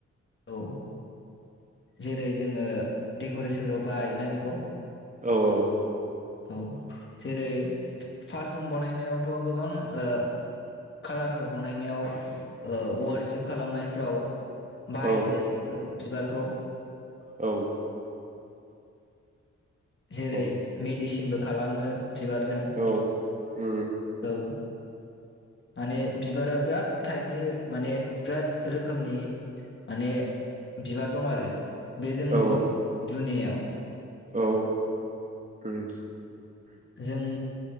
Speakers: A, on the left; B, on the right.
A: औ जेरै जोङो डेकरेसनफ्राव बायोना बेखौ
B: औ औ
A: औ जेरै पारफुम बानायनायावथ गोबां ओ कालारफोर बनायनायाव ओ वारसिप खालामनायफ्राव बाहायनाय
B: औ
A: जायो बेफोर बिबारखौ
B: औ
A: जेरै
B: औ
A: मेडिसिनबो खालामो बिबारजों औ
B: उम
A: माने बिबारा बिराद टाइपनि माने बिराद रोखोमनि माने बिबार दं आरो बे जोंनि
B: औ
A: दुनियाव
B: औ उम
A: जों